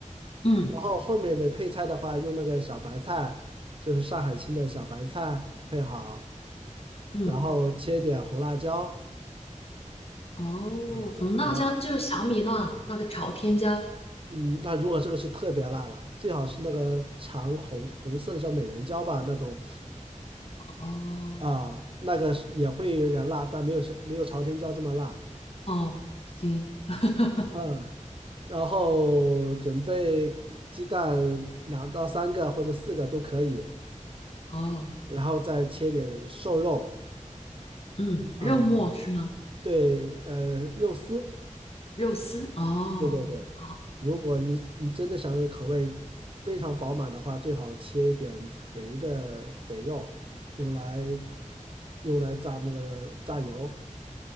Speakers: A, on the left (about 45°); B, on the right (about 40°).
A: 嗯
B: 然后后面的配菜的话，用那个小白菜，就是上海青的小白菜配好，
A: 嗯
B: 然后切点红辣椒，
A: 哦，
B: 呃，
A: 红辣椒就是小米辣那个朝天椒
B: 然后嗯，那如果这个是特别辣了，最好是那个长红红色的叫美人椒吧，那种
A: 哦
B: 啊，那个是也会有点辣，但没有像没有朝天椒这么辣。
A: 哦行 <laughs>
B: 嗯，然后准备鸡蛋两到三个或者四个都可以，
A: 哦
B: 然后再切点瘦肉
A: 嗯，
B: 啊，
A: 肉末是吗？
B: 对，呃，肉丝，
A: 肉丝哦好
B: 对对对。如果你你真的想口味非常饱满的话，最好切一点肥的肥肉，用来用来炸那个炸油